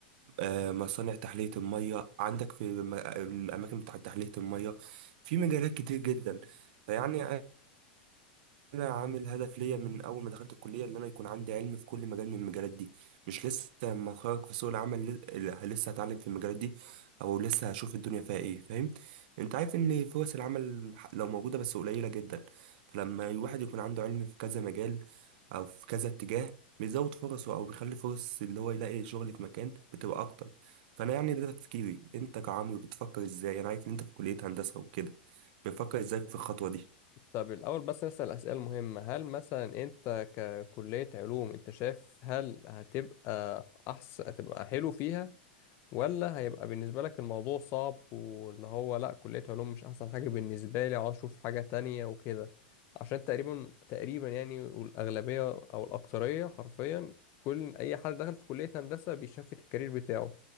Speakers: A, on the right; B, on the left.
A: آه، مصانع تحلية المية عندك في الم- الأماكن بتاعت تحلية المية في مجالات كتير جدا فيعني انا عامل هدف ليا من اول ما دخلت الكليه ان انا يكون عندي علم في كل مجال من المجالات دي مش لسه لما اتخرج في سوق العمل ل- لسه هتعلم في المجالات دي او لسه هشوف الدنيا فيها ايه فاهم انت عارف ان فرص العمل ح- لو موجوده بس قليله جدا فلما الواحد يكون عنده علم في كذا مجال او في كذا اتجاه بيزود فرصه او بيخلي فرص اللي هو يلاقي شغل في مكان بتبقى اكتر فانا يعني ده تفكيري انت كعمرو بتفكر ازاي انا عارف ان انت في كليه هندسه وكده بتفكر ازاي في الخطوه
B: طب الأول بس نسأل أسئلة مهمة هل مثلا أنت ككلية علوم أنت شايف هل هتبقى أحسن هتبقى حلو فيها ولا هيبقى بالنسبة لك الموضوع صعب واللي هو لأ كلية علوم مش أحسن حاجة بالنسبة لي عاوز أشوف حاجة تانية وكده عشان تقريبا تقريبا يعني والأغلبية أو الأكثرية حرفيا كل أي حد دخل في كلية هندسة بيشفت الكارير بتاعه اللي